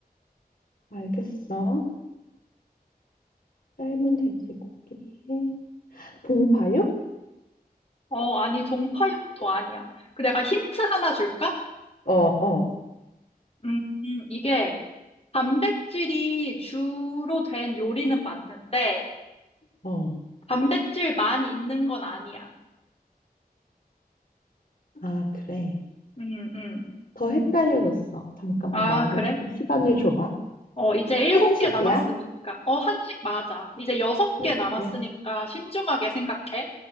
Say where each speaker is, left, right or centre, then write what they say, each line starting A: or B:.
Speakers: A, on the left (about 65°); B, on the left (about 40°).
A: 알겠어. 삶은 돼지고기에 봉파육?
B: 어, 아니, 동파육도 아니야. 그 내가 힌트 하나 줄까?
A: 어, 어,
B: 음, 음, 이게 단백질이 주로 된 요리는 맞는데,
A: 어.
B: 단백질만 있는 건 아니야.
A: 아, 그래.
B: 음, 음.
A: 더 음. 헷갈려졌어. 잠깐만
B: 아,
A: 나한테
B: 그래?
A: 조금 시간을 줘봐.
B: 어, 이제 일곱
A: 한식이야?
B: 개 남았으니까. 어, 한식 맞아. 이제 여섯
A: 한식이야.
B: 개 남았으니까 신중하게 생각해.